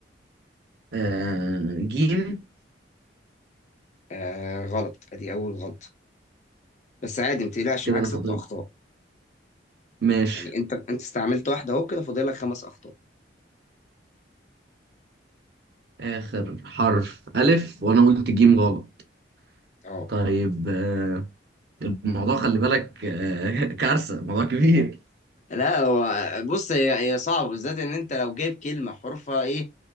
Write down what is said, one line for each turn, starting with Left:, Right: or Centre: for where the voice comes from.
Right: آه جيم
Left: آه غلط ادي اول غلطه بس عادي ما تقلقش
Right: كده
Left: معاك
Right: أنا
Left: ست
Right: فاضل
Left: اخطاء
Right: ماشي
Left: يعني انت انت استعملت واحده اهو كده فاضل لك خمس اخطاء
Right: آخر حرف ألف وأنا قلت جيم غلط
Left: اه
Right: طيب آه الموضوع خلي بالك آه <laughs> كارثة موضوع كبير
Left: لا هو بص هي هي صعب بالذات ان انت لو جايب كلمه حروفها ايه